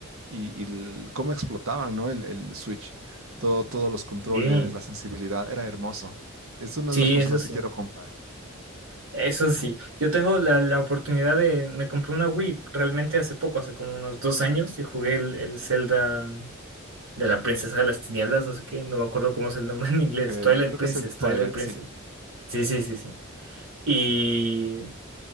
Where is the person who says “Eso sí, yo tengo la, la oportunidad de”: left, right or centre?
Right